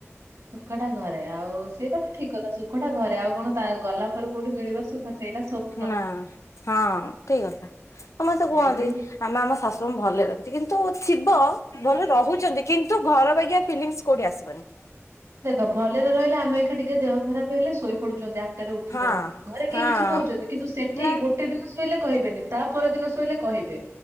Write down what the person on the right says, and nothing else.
ସୁଖଟା ଘରେ ଆଉ ସେଇଟା ତ ଠିକ୍ କଥା ସୁଖଟା ଘରେ ଆଉ କଣ ତା ଗଲା ଉପରୁ କୋଉଠୁ ମିଳିବ ସୁଖ ସେଇଟା ସ୍ଵ
ଏବେ
ଦେଖ ଭଲେରେ ରହିଲେ ଆମେ ଏଖା ଟିକେ ଦେହ ଖରାପେ ହେଲେ ଶୋଇ ପଡୁଚନ୍ତି ଆଠ ଟାରେ ଉଠୁଚନ୍ତି
ଘରେ କେହି
କିଛି କହୁଚନ୍ତି କିନ୍ତୁ ସେଠି
ଗୋଟ ଗୋଟେ ଦିନ ଶୋଇଲେ କହିବେନି ତା ପରଦିନ ଶୋଇଲେ କହିବେ।